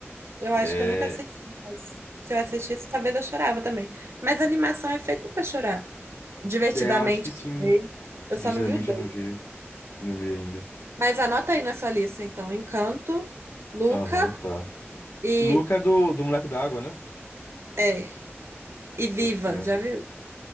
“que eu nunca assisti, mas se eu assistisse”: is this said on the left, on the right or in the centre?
Right